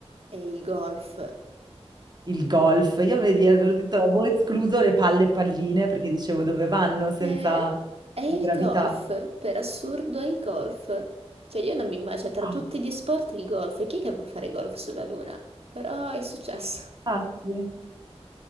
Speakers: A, on the right; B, on the right.
A: E il golf.
B: Il golf, io vedi, avevo detto, avevo escluso le palle e palline perché dicevo dove vanno senza
A: È, è il
B: la gravità.
A: golf, per assurdo è il golf. Cioè io non mi immagino tra
B: Ah,
A: tutti gli sport il golf, chi è che va a fare golf sulla Luna? Però è successo.
B: ah, sì.